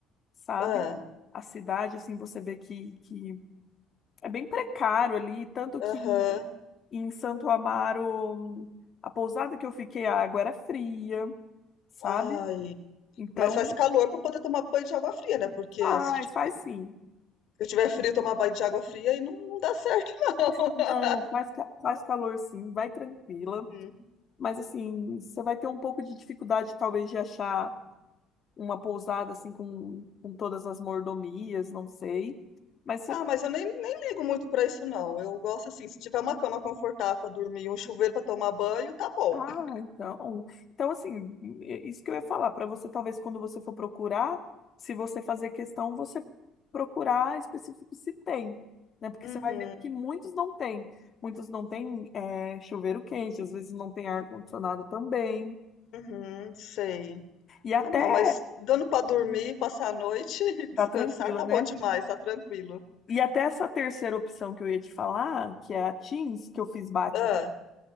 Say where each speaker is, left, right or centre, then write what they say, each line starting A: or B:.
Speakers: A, on the left; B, on the left.
A: sabe?
B: Ah,
A: A cidade, assim, você vê que, que É bem precário ali, tanto
B: aham.
A: que em Santo Amaro, a pousada que eu fiquei, a água era fria, sabe?
B: Ai.
A: Então,
B: Mas faz calor para poder tomar banho de água fria, né? Porque
A: faz,
B: se ti-
A: faz sim.
B: se eu tiver frio, tomar banho de água fria aí não, não dá certo, <laughs> não.
A: Não, faz, ca- faz calor sim, vai tranquila.
B: Uhum.
A: Mas assim, você vai ter um pouco de dificuldade, talvez, de achar uma pousada assim com, com todas as mordomias, não sei. Mas você
B: Ah, mas eu nem, nem ligo muito para isso, não. Eu gosto assim, se tiver uma cama confortável para dormir e um chuveiro para tomar banho, tá bom.
A: Ah,
B: <laughs>
A: então. Então, assim, é isso que eu ia falar, para você, talvez, quando você for procurar, se você fazer questão, você procurar específico se tem, né? Porque
B: Uhum,
A: você vai ver que muitos não têm. Muitos não têm é, chuveiro quente, às vezes não tem ar-condicionado também.
B: uhum, sei.
A: E
B: Ah,
A: até,
B: não, mas dando pra dormir, passar a noite <laughs> e descansar,
A: tá tranquilo,
B: tá
A: né?
B: bom demais, tá tranquilo.
A: E até essa terceira opção que eu ia te falar, que é a Teams, que eu fiz bate.
B: Ah,